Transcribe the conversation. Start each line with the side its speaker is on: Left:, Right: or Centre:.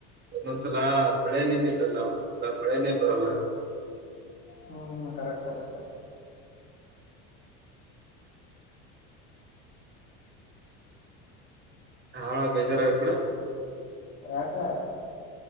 Right: ಒಂದೊಂದ್ಸಲ ಮಳೆನೇ ನಿಲ್ಲಲ್ಲ ಒನ್ನೊಂದ್ ಲ ಮಳೆನೇ ಬರಲ್ಲ.
Left: ಹ್ಮ್ ಕರೆಕ್ಟ್ ಕರೆಕ್ಟ್.
Right: ಹಾಳ ಬೇಜಾರ ಆಗತ್ ಬಿಡು.
Left: ಯಾಕ